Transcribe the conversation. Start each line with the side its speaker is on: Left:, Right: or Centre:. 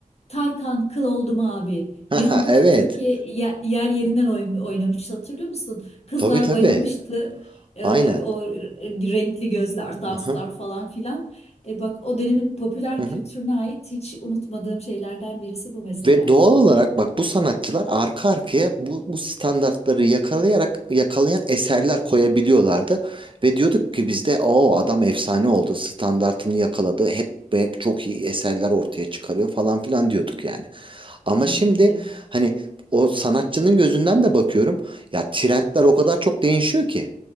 Left: Tarkan kıl oldum abi.
Right: <laughs>
Left: Bir anda
Right: evet.
Left: Türkiye ye- yer yerinden oyn- oynamış hatırlıyor musun? Kızlar
Right: Tabii tabii.
Left: bayılmıştı. Ee,
Right: Aynen.
Left: o renkli gözler, danslar
Right: Hı hı.
Left: falan filan. E bak o dönemin popüler
Right: Hı hı.
Left: kültürüne ait hiç unutmadığım şeylerden birisi bu mesela.
Right: Ve doğal olarak bak bu sanatçılar arka arkaya bu, bu standartları yakalayarak yakalayan eserler koyabiliyorlardı. Ve diyorduk ki bizde o adam efsane oldu standartını yakaladı hep ve çok iyi eserler ortaya çıkarıyor falan filan diyorduk yani. Ama
Left: Evet,
Right: şimdi
Left: evet.
Right: hani o sanatçının gözünden de bakıyorum ya trendler o kadar çok değişiyor ki.